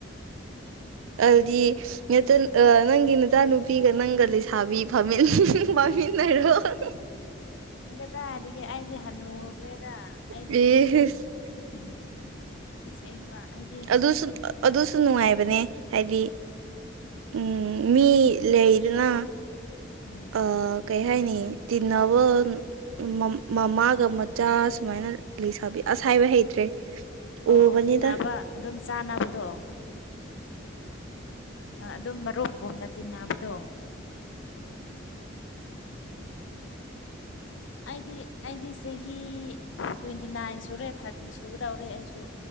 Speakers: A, on the right; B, on the left.
A: ꯑꯗꯨꯗꯤ ꯅꯦ ꯇꯨꯟ ꯑꯥ ꯅꯪꯒꯤ ꯅꯆꯥ ꯅꯨꯄꯤꯒ ꯅꯪꯒ ꯂꯩꯁꯥꯕꯤ ꯐꯥꯃꯤꯟ- ꯐꯥꯃꯤꯟꯅꯔꯣ INAUDIBLE
B: ꯑꯦ ꯀꯗꯥꯢꯗꯒꯤ ꯑꯩꯗꯤ ꯍꯟꯅꯨꯈ꯭ꯔꯦꯗ ꯑꯩꯗꯤ
A: ꯏꯁ
B: ꯎꯎꯪ ꯑꯁꯦꯡꯕ ꯑꯩꯗꯤ
A: ꯑꯗꯨꯁꯨ ꯑꯥ ꯑꯗꯨꯁꯨ ꯅꯨꯡꯉꯥꯏꯕꯅꯤ ꯍꯥꯏꯗꯤ ꯎꯪꯎꯪ ꯃꯤ ꯂꯩꯗꯅ
B: ꯎꯝ
A: ꯑꯥ ꯀꯩ ꯍꯥꯏꯅꯤ ꯇꯤꯟꯅꯕ ꯃꯝ ꯃꯃꯥꯒ ꯃꯆꯥ ꯁꯨꯃꯥꯏꯅ ꯂꯩꯁꯥꯕꯤ ꯑꯥꯁ ꯍꯥꯢꯕ ꯍꯩꯇ꯭ꯔꯦ
B: ꯑꯣ
A: ꯎꯕꯅꯤꯗ
B: ꯑꯣ ꯇꯤꯟꯅꯕ ꯑꯗꯨꯝ ꯆꯥꯟꯅꯕꯗꯣ ꯑꯥ ꯑꯗꯨꯝ ꯃꯔꯨꯞꯒꯨꯝꯅ ꯇꯤꯟꯅꯕꯗꯣ
A: INAUDIBLE
B: ꯑꯩꯗꯤ ꯑꯩꯗꯤ ꯆꯍꯤ ꯇ꯭ꯋꯦꯟꯇꯤ ꯅꯥꯏꯟ ꯁꯨꯔꯦ ꯊꯥꯔꯇꯤ ꯁꯨꯒꯗꯧꯔꯦ ꯑꯩꯁꯨ